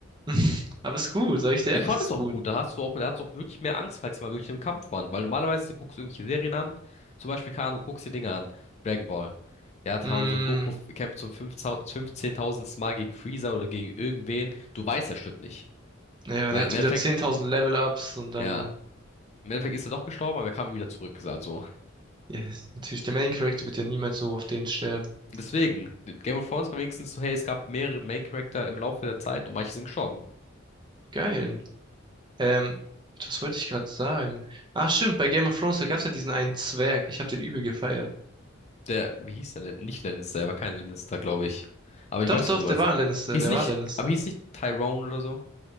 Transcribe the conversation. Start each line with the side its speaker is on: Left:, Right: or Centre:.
Right: <laughs> Aber ist gut, sag ich dir
Left: Ich
Right: ehrlich,
Left: fand
Right: ist
Left: es auch
Right: gut.
Left: gut. Da hast du auch, da hast du auch wirklich mehr Angst, falls sie mal wirklich im Kampf waren. Weil normalerweise guckst du irgendwelche Serien an. Zum Beispiel, keine Ahnung, guckst dir Dinge an. Dragon Ball. Ja, da
Right: Mm,
Left: haben so Goku f- kämpft zum 15.000 15.000. Mal gegen Freezer oder gegen irgendwen. Du weißt, er stirbt nicht.
Right: Ja,
Left: Weil
Right: der hatte
Left: im Endeffekt,
Right: wieder 10.000 Level-Ups und dann,
Left: ja, im Endeffekt ist er doch gestorben, aber er kam wieder zurück. Also,
Right: ja, natürlich der Main-Character wird ja niemals so auf den sterben.
Left: deswegen, Game of Thrones war wenigstens so, hey, es gab mehrere Main-Charakter im Laufe der Zeit und manche sind gestorben.
Right: Geil. Ähm, was wollte ich gerade sagen? Ach stimmt, bei Game of Thrones, da gab's ja diesen einen Zwerg. Ich habe den übel gefeiert.
Left: Der, wie hieß der denn? Nicht Lannister, er war kein Lannister, glaube ich. Aber ich
Right: Doch,
Left: weiß,
Right: doch,
Left: wen du
Right: der
Left: meinst.
Right: war Lannister,
Left: Hieß
Right: der
Left: nicht,
Right: war Lannister.
Left: aber hieß nicht Tyrone oder so?